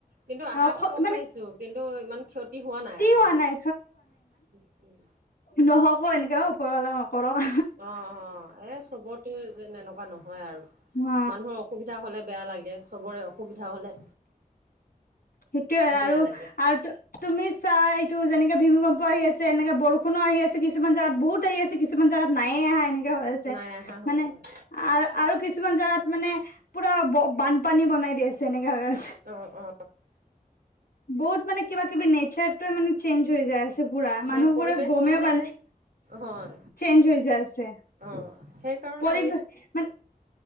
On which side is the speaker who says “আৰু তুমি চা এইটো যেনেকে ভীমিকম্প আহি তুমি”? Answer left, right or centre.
Left